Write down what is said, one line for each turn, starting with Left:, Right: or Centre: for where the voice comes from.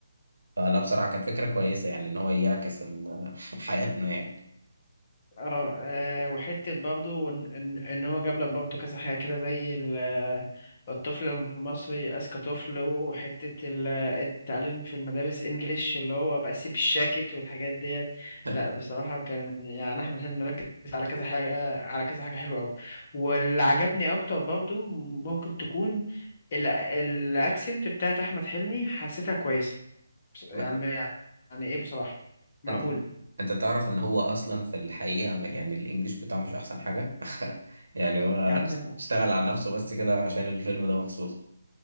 Right: فلا بصراحة كانت فكرة كويسة يعني إن هو يعكس ال... <laughs> حياتنا يعني
Left: اه آه، وحتة برضو ان ان إن هو جاب لك برضو كذا حاجة كده زي ال- آه، الطفل المصري أذكى طفل وحتة ال- آه، التعليم في المدارس انجليش اللي هو بقى سيب الشاكت والحاجات ديت
Right: <laughs>
Left: لا بصراحة كان يعني أحمد حلمي مركز على كذا حاجة على كذا حاجة حلوة أوي واللي عجبني أكتر برضو ممكن تكون ال- الأكسنت بتاعت أحمد حلمي حسيتها كويسة بس- يعني
Right: ما...
Left: يعني إيه بصراحة مقبولة
Right: أنت أنت تعرف إن هو أصلا في الحقيقة ما- يعني الإنجليش بتاعه مش أحسن حاجة <laughs> يعني هو
Left: يا عم
Right: اشتغل على نفسه بس كده عشان الفيلم ده مخصوص